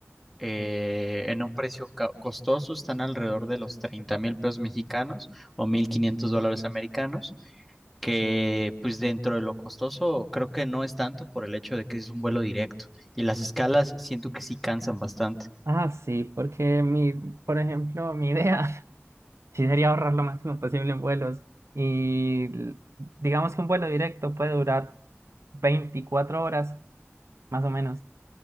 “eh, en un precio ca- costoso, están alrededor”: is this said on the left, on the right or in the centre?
Centre